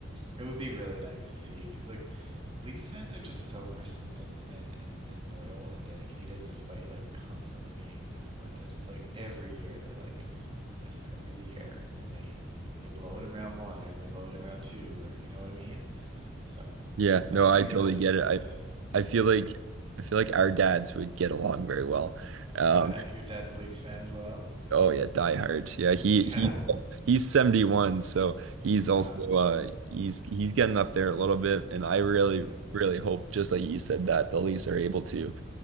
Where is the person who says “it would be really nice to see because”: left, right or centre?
Right